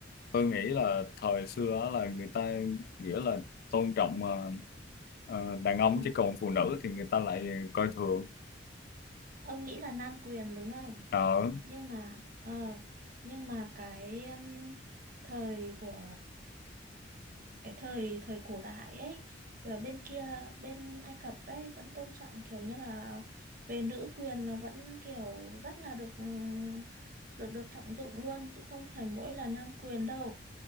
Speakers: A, on the left; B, on the right.
A: tôi nghĩ là thời xưa á là người ta nghĩa là tôn trọng ờ, ờ, đàn ông
B: ừ.
A: chứ còn phụ nữ thì người ta lại coi thường
B: ông nghĩ là nam quyền đúng không
A: ờ
B: nhưng mà ờ nhưng mà cái um, thời của cái thời thời cổ đại ấy thì ở bên kia bên Ai Cập ấy vẫn tôn trọng kiểu như là về nữ quyền là vẫn kiểu rất là được um, được được trọng dụng luôn chứ không phải mỗi là nam quyền đâu